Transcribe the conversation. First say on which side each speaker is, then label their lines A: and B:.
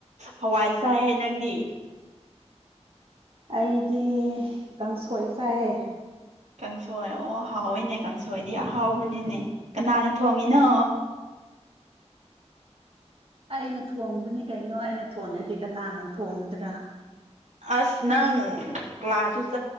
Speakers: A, on the right; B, on the right.
A: ꯍꯋꯥꯏ ꯆꯥꯏ ꯅꯪꯗꯤ
B: ꯑꯩꯗꯤ ꯀꯥꯡꯁꯣꯏ ꯆꯥꯏꯑꯦ
A: ꯀꯥꯡꯁꯣꯏ ꯑꯣ ꯍꯥꯎꯋꯏꯅꯦ ꯀꯥꯡꯁꯣꯏꯗꯤ ꯑꯍꯥꯎꯕꯅꯤꯅꯦ ꯀꯅꯥꯅ ꯊꯣꯡꯉꯤꯅꯣ
B: ꯑꯩꯅ ꯊꯣꯡꯕꯅꯤ ꯀꯩꯅꯣ ꯑꯩꯅ ꯊꯣꯡꯉꯗꯤ ꯀꯅꯥꯅ ꯊꯣꯡꯒꯗ꯭ꯔꯥ
A: ꯑꯁ ꯅꯪ ꯀ꯭ꯂꯥꯁꯁꯨ